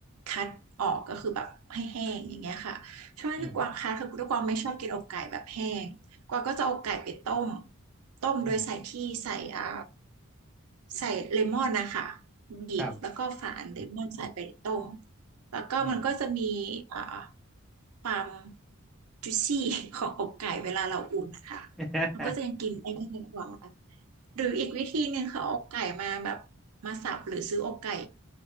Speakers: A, on the right (about 80°); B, in the centre.
A: คัดออกก็คือแบบให้แห้งอย่างเงี้ยค่ะช่วงที่กวางคัดคือด้วยความไม่ชอบกินอกไก่แบบแห้งกวางก็จะเอาไก่ไปต้ม
B: อืม
A: ต้มโดยใส่ที่ใส่อ่า
B: อืม
A: ใส่เลมอนนะคะบีบแล้วก็ฝานเลมอนใส่ไปต้ม
B: ครับ
A: แล้วก็มันก็จะมีอ่า
B: อืม
A: ความจุซี่ของอกไก่เวลาเราอุ่นนะคะ
B: <laughs>
A: มันก็จะยังกินได้ง่ายกว่าหรืออีกวิธีหนึ่งคือเอาอกไก่มาแบบมาสับหรือซื้ออกไก่